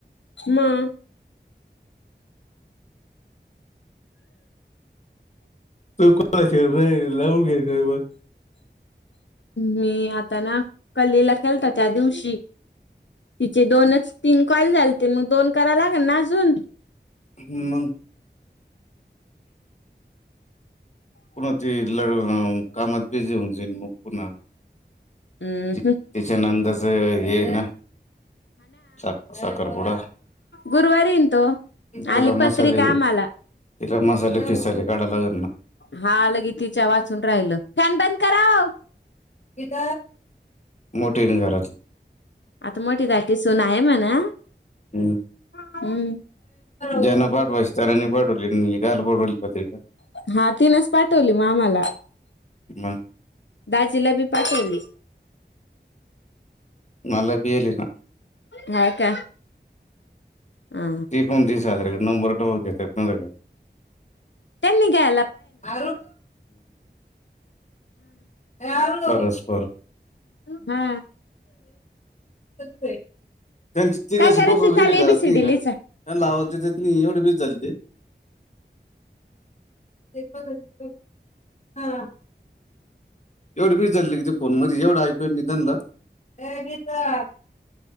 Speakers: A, on the left (about 80°); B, on the left (about 40°).
A: म
B: कुत्ता आहे शहर नाही लव घे बाई वर
A: मी आता ना कलीला केलता त्या दिवशी. तिचे दोनच तीन कॉल झालेते मग दोन करायला ल न अजून
B: ह मग कोणाती लढ कामात बिझी होऊची मग पुन्हा.
A: हम्म
B: त तिच्यानंदाच ये ना. सा साखरपुडा
A: गुरुवार येईन तो
B: त्याला
A: आली पत्रिक
B: मसाले
A: आम्हाला
B: तिला मसाले पिसाले काढायला लागेल ना.
A: हा लगी तिच्या वाचून राहिलं फॅन बंद कराव.
B: कित मोठी ना घरात.
A: आता मोठी घाटी सुना हाय ना म्हणा.
B: हम्म.
A: हम्म
B: ज्यांना पाठवायच त्यांना नाही पाठवले काला पाठवली पत्रिका
A: हा तीनच पाठवली मा आम्हाला
B: मग
A: दाजिलाबी पाठवली.
B: मला बल ना.
A: हा का हा
B: त कोण दिस्रे नंबर टेत.
A: ह नि गा.
B: आ. <unintelligible>
A: हा.
B: त्यां ठीक
A: काय करायचं
B: टोक कड
A: चाल एबीसीडी
B: घरात नाही त्यां
A: लिहिचा
B: लावत. एवढे बीज झाली ते ते हा. एवढ बीड चाली तिथ फोन मध्ये एवढं ऐकू निघला.